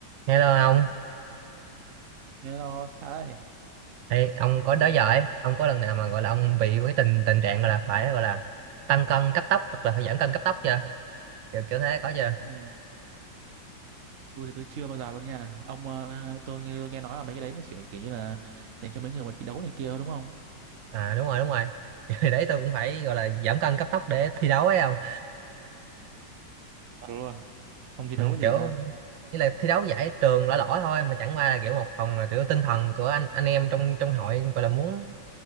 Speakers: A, on the right; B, on the right.
A: Hello ông,
B: thế nó xa đấy
A: Ê, ông có đó giờ ấy, ông có lần nào mà gọi là ông bị cái tình tình trạng gọi là phải gọi là tăng cân cấp tốc hoặc là phải giảm cân cấp tốc chưa? Kiểu kiểu thế có chưa?
B: ừ. tôi thì tôi chưa bao giờ luôn nha ông ờ, tôi, nghe- tôi nghe nói là mấy cái đấy nó chỉ kiểu như là dành cho mấy người mà thi đấu này kia thôi đúng không
A: À đúng rồi đúng rồi. <laughs> Kiểu hồi đấy tôi cũng phải gọi là giảm cân cấp tốc để thi đấu ấy ông.
B: thật luôn ông thi
A: Ừ,
B: đấu cái
A: kiểu
B: gì ta
A: như là thi đấu giải trường lỏ lỏ thôi mà chẳng qua là kiểu một phần là kiểu tinh thần của anh anh em trong trong hội gọi là muốn